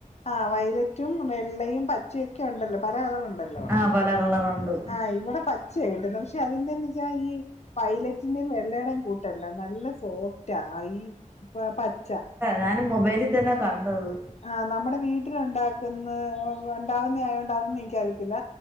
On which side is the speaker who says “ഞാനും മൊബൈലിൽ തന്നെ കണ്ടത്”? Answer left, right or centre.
Right